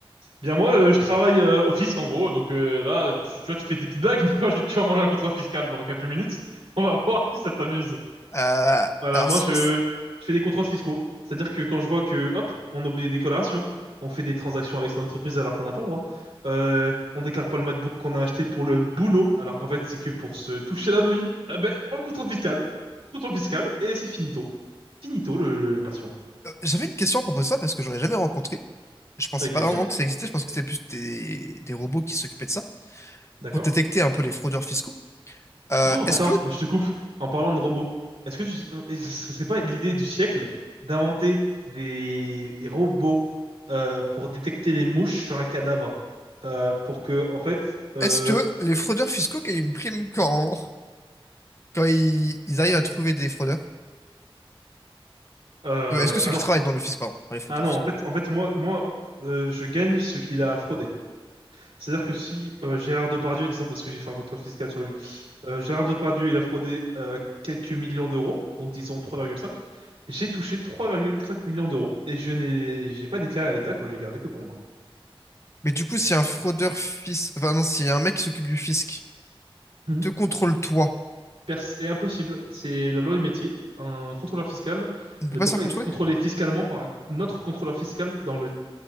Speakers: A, on the right; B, on the left.
A: Bien, moi, euh, je travaille euh, au fisc, en gros. Donc euh, là, tu, tu vois, tu fais tes petites blagues, <laughs> mais quand je, tu vas manger un contrôle fiscal dans quelques minutes, on va voir si ça t'amuse.
B: Euh,
A: Voilà,
B: alors,
A: moi
B: c'est-
A: je,
B: c'est-
A: je fais des contrôles fiscaux. C'est-à-dire que quand je vois que, hop, on oublie des déclarations, on fait des transactions avec son entreprise alors qu'on n'a pas le droit, euh, on déclare pas le MacBook qu'on a acheté pour le boulot alors qu'en fait c'est que pour se toucher la nouille, eh ben, on le contrôle fiscal. Contrôle fiscal et c'est finito. Finito le, le- le patient.
B: euh, j'avais une question à propos de ça parce que j'aurais jamais rencontré. Je pensais
A: Avec
B: pas
A: plaisir,
B: vraiment que ça existait. Je pense que c'était plus des, des robots qui s'occupaient de ça
A: d'accord?
B: pour détecter un peu les fraudeurs fiscaux. Euh,
A: Oh,
B: est-ce
A: attends,
B: que
A: mais je te coupe. En parlant de robots, est-ce que tu sais- euh, ce serait pas l'idée du siècle d'inventer des des robots euh, pour détecter les mouches sur un cadavre euh, pour que en fait euh,
B: Est-ce que les fraudeurs fiscaux gagnent une prime quand, quand ils, ils arrivent à trouver des fraudeurs?
A: euh,
B: Euh, Est-ce que ceux
A: ah
B: qui
A: non
B: travaillent dans le fisc, pardon, pas les fraudeurs
A: ah non
B: fiscaux.
A: en fait en fait moi moi euh, je gagne ce qu'il a fraudé. C'est-à-dire que si euh, Gérard Depardieu, disons parce que j'ai fait un contrôle fiscal sur lui, euh, Gérard Depardieu, il a fraudé euh, quelques millions d'euros, donc disons 3,5, j'ai touché 3,5 millions d'euros et je n'ai j'ai pas déclaré à l'État, quoi, j'ai gardé que pour moi.
B: Mais du coup, si un fraudeur fisc, enfin non, si un mec qui s'occupe du fisc
A: Mhm.
B: te contrôle toi,
A: Pers- est impossible, c'est la loi du métier. Un contrôleur fiscal
B: il ne
A: ne
B: peut pas
A: peut
B: se
A: pas
B: faire contrôler?
A: être contrôlé fiscalement par un autre contrôleur fiscal dans le,